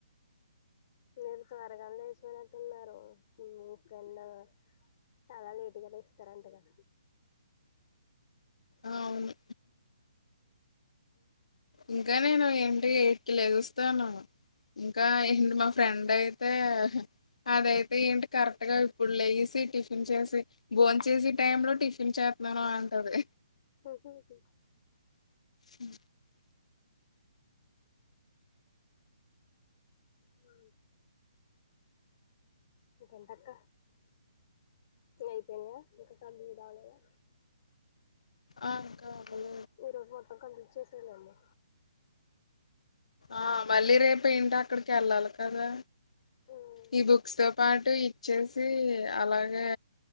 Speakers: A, on the left; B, on the left.
A: మీర్ త్వరగానే లేచిపోయినట్టున్నారు మీ ఫ్రెండ్ చాలా లేట్గా లేస్తారంట గా
B: ఆ అవును ఇంకా నేను ఏంటి ఎయిట్కి లేగుస్తాను ఇంకా ఏంటి మా ఫ్రెండయితే అదయితే ఏంటి కరెక్ట్ గా ఇప్పుడు లేసి టిఫిన్ చేసి బోన్ చేసే టైం లో టిఫిన్ చేత్ నరు అంటది
A: ఉహుహు
B: ఉ
A: ఉ ఇంకెంటక్క ఇంగ అయిపోయినయ ఇంకా కంప్లీట్ అవలేదా
B: ఆ అక్క అవలే
A: ఈ రోజు మొత్తం కంప్లీట్ చేసేయలేమో
B: ఆ మళ్ళీ రేపేంటో అక్కడికెళ్ళాలి కదా
A: చేసేయాలేమో
B: ఈ బుక్స్ తో పాటు ఇచ్చేసి అలాగే